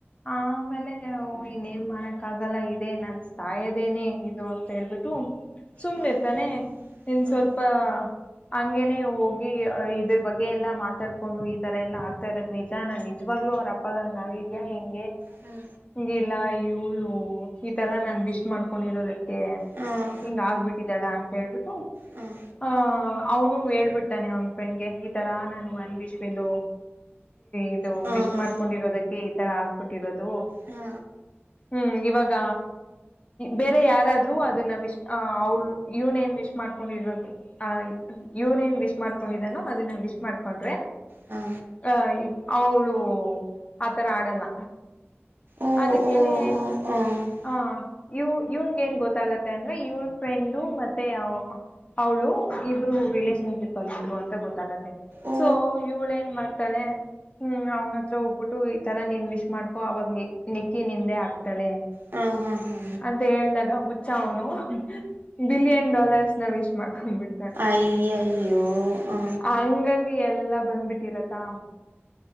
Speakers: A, on the left; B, on the right.
A: ಆ ಆಮೇಲೆ ಇನ್ನೇನ್ ಮಾಡಕ್ ಆಗಲ್ಲ ಇದೆ ನನ್ ತಾಯದೇನೆ ಇದು ಅಂತ ಹೇಳ್ಬಿಟ್ಟು ಸುಮ್ನೆ
B: ಹಾಂ
A: ಇರ್ತಾನೆ ನಿನ್
B: ಹಾಂ
A: ಸ್ವಲ್ಪ ಹಂಗೇನೆ ಹೋಗಿ ಇದ್ರ ಬಗ್ಗೆ ಎಲ್ಲಾ ಮಾತಾಡ್ಕೊಂಡು ಈ ತರ ಎಲ್ಲಾ ಆಗ್ತಾ ಇರೋದು್ ನಿಜ ನಾ ನಿಜವಾಗ ಅವರ ಅಪ್ಪ ಗಂಗಿದ್ಯಾ ಹೆಂಗೆ
B: ಹ್ಞೂ
A: ಹಂಗಿಲ್ಲ ಇೂಳ ಈ ತರ ನಾ ವಿಶ್ ಮಾಡ್ಕೊಂಡಿರೋದಕ್ಕೆ
B: ಹಾಂ
A: ಹಿಂಗ ಆಗ್ಬಿಟ್ಟಿದಳ ಅಂತ ಹೇಳ್ಬಿಟ್ಟು
B: ಹಾಂ
A: ಆಹ ಅವನು ಹೇಳ್ಬಿಟ್ಟಾನೆ ಅವ್ ಫೆಂಡ್ಗೆ ಈ ತರ ನಾನು ಅ ವಿಶ್ ಇಲು ಇದು
B: ಹಾ
A: ವಿಶ್
B: ಹಾ
A: ಮಾಡ್ಕೊಂಡಿರೋದಕ್ಕೆ ಈ ತರ ಆಗ್ ಬಿಟ್ಟಿರೋದು
B: ಹಾ
A: ಹ್ಮ್ ಇವಾಗ ಬೇರೆ ಯಾರಾದ್ರೂ ಅದನ್ನ ವಿಶ್ ಆ ಅವ್ ಇವನ ಏನ್ ವಿಶ್ ಮಾಡ್ಕೊಂಡಿರೋದು ಆ ಯೂರೇನ್ ವಿಶ್ ಮಾಡ್ಕೊಂಡಿದ್ದಾನು ಅದನ್ನ ವಿಶ್ ಮಾಡ್ಕೊಂಡ್ರೆ
B: ಹಾ ಹಾ
A: ಅ ಅವಳು ಆತರ ಆಡಲ್ಲ
B: ಓ
A: ಅದಕ್ಕೇನೆ
B: ಓ ಓ
A: ಆ ಇವು ಇವ್ನ್ಗ ಏನ್ ಗೊತ್ತಾಗತ್ತೆ ಅಂದ್ರೆ ಇವಳ ಫ್ರೆಂಡು ಮತ್ತೆ ಅವ ಅವಳು ಇಬ್ರು ರಿಲೇಷನ್ಶಿಪ್ ಅಲ್ಲಿ ಇದ್ರು ಅಂತ ಗೊತ್ತಾಗತ್ತೆ
B: ಓ
A: ಸೊ ಇವಳ ಏನ್ ಮಾಡ್ತಾನೆ ಹ್ಮ್ ಅವ್ನ ಹತ್ರ ಹೋಗ್ಬಿಟ್ಟು ಈತರ ನೀನ್ ವಿಶ್ ಮಾಡ್ಕೊ ಅವಾಗ ನಿ ನೆಕ್ಕಿ ನಿಂದೆ ಆಗ್ತಾಳೆ
B: ಹಾ ಹಾ ಹಾ
A: ಅಂತ ಹೇಳ್ದಾಗ ಹುಚ್ಚ ಅವನು ಬಿಲಿಯನ್ ಡಾಲರ್ಸ್ ನ ವಿಶ್ ಮಾಡ್ಕೊಂಡ್ಬಿಟ್ಟಿ
B: ಯ ಅಯ್ಯೋ ಹ
A: ಹಂಗಂಗೆ ಎಲ್ಲಾ ಬಂದ್ಬಿಟ್ಟಿರತ್ತಾ